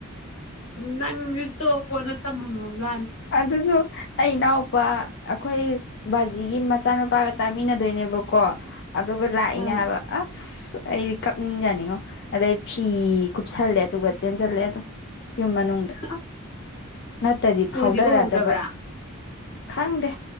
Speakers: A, on the left; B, on the left.
A: ꯅꯪꯖꯤ ꯆꯣꯞꯄꯣꯅ ꯇꯝꯃꯝꯃꯕꯖꯥꯅꯤ
B: ꯑꯗꯨꯁꯨ ꯑꯩ ꯏꯅꯥꯎꯄꯥ ꯑꯩꯈꯣꯏ ꯕꯥꯖꯤꯒꯤ ꯃꯆꯥꯅꯨꯄꯥꯒ ꯆꯥꯃꯤꯟꯅꯗꯣꯏꯅꯦꯕꯀꯣ ꯑꯗꯨꯒ ꯂꯥꯛꯏꯅꯦ
A: ꯎꯝ
B: ꯍꯥꯏꯕ ꯑꯁ ꯑꯩꯗꯤ ꯀꯞꯅꯤꯡꯖꯥꯟꯅꯤꯡꯉꯣ ꯑꯗꯩ ꯐꯤ ꯀꯨꯞꯁꯜꯂꯦ ꯑꯗꯨꯒ ꯆꯦꯟꯖꯜꯂꯦ ꯑꯗꯨꯝ ꯌꯨꯝ ꯃꯅꯨꯡ ꯗ
A: ꯑꯁ
B: ꯅꯠꯇꯗꯤ ꯐꯥꯎꯗꯔꯛꯗꯕ
A: ꯎꯗꯤ ꯎꯍꯧꯗꯕ꯭ꯔꯥ
B: ꯈꯪꯗꯦ